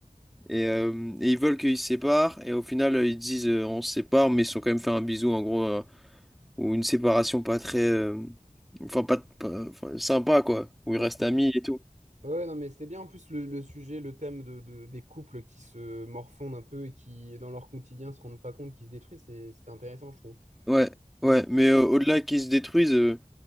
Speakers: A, in the centre; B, on the right.
A: Et, euh, et ils veulent qu'ils se séparent. Et au final, euh, ils disent euh, on se sépare, mais ils se sont quand même fait un bisou en gros euh, ou une séparation pas très, euh, enfin pas, pas- enfin, sympa quoi, où ils
B: Ouais,
A: restent amis et tout.
B: Ouais, non, mais c'était bien en plus le, le sujet, le thème de, de- des couples qui se morfondent un peu et qui, dans leur quotidien, se rendent pas compte qu'ils se détruisent. C'est- C'était intéressant, je trouve.
A: Ouais,
B: Et-
A: ouais, mais euh, au-delà qu'ils se détruisent. euh,